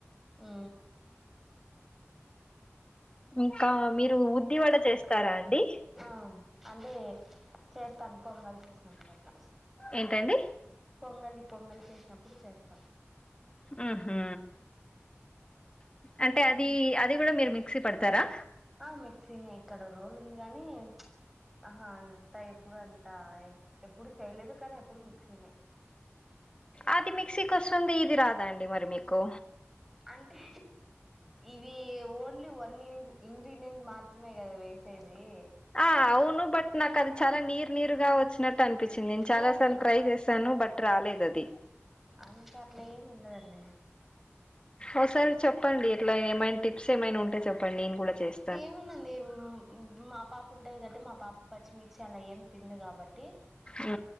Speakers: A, in the centre; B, on the left.
A: ఉ హు
B: ఇంకా మీరు ఇడ్లీ వడ చేస్త చేస్తారా అండి
A: ఆ అంటే చేస్తాను పొంగల్ చేసినప్పుడు అట్లా
B: ఏంటండి
A: పొంగలి పొంగలి చేసినప్పుడు చేస్తాం
B: ఉహు అంటే అది అది కూడా మీరు మిక్సీ పడతారా
A: ఆ మిక్సీనే ఇక్కడ రోల్ ఉంది గాని ఆహా అంతా ఎప్పుడు అంత ఎప్పుడు చేయలేదు కానీ ఎప్పుడు మిక్సీనే
B: అది మిక్సీకి వస్తుంది ఇది రాదా అండి మరి మీకు
A: అంటే ఇవి ఓన్లీ వన్ ఇంగ్ ఇంగ్రీడియంట్ మాత్రమే కదా వేసేది
B: ఆ అవును బట్ నాకు అది చాలా నీర్ నీరు గా వచ్చినట్టు అనిపిచ్చింది నేను చాలా
A: ఏం
B: సార్లు
A: లేదు
B: ట్రై చేశాను బట్ రాలేదు అది
A: అంతా అట్ల ఏం ఉండదండి
B: ఓసారి చెప్పండి ఎట్లా ఏమైనా టిప్స్ ఏమైనా ఉంటే చెప్పండి నేను కూడా చేస్
A: ఏముందండి <unintelligible> మా పాప ఉంటది కాట్టి మా పాప పచ్చిమిర్చి అలా ఏం తిందు కాబట్టి
B: ఊ